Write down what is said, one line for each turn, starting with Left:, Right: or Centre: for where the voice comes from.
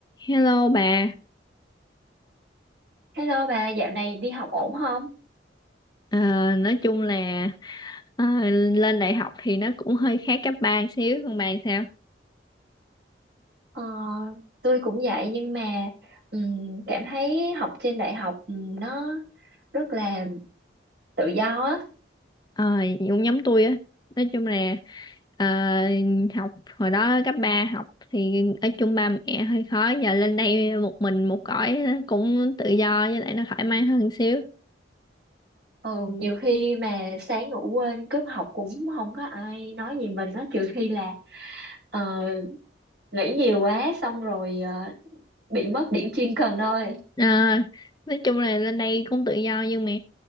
Left: Hello bà,
Right: Hello bà, dạo này đi học ổn không?
Left: Ờ, nói chung là ờ, lên đại học thì nó cũng hơi khác cấp ba xíu, còn bà sao?
Right: Ờ, tôi cũng vậy nhưng mà ừm, cảm thấy học trên đại học ừm, nó rất là tự do á.
Left: Ờ, cũng giống tôi á, nói chung là ờ, học hồi đó cấp 3 học thì ở chung ba mẹ hơi khó, giờ lên đây một mình một cõi cũng tự do với lại nó thoải mái hơn xíu.
Right: Ừ, nhiều khi mà sáng ngủ quên cúp học cũng không có ai nói gì mình á, trừ khi là ờ, nghĩ nhiều quá xong rồi ờ, bị mất điểm chuyên cần thôi.
Left: à, nói chung là lên đây cũng tự do nhưng mà